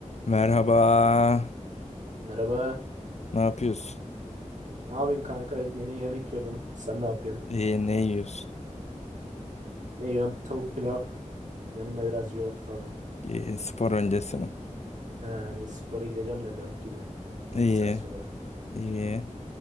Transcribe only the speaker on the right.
Merhaba.
Ne yapayım kanka? Yeni yemek yiyordum. Sen ne yapıyorsun?
Ne yiyorum? Tavuk pilav. Yanına biraz yoğurt falan.
He, bir spora gideceğim de 4 gibi. Bir
iki saat sonra.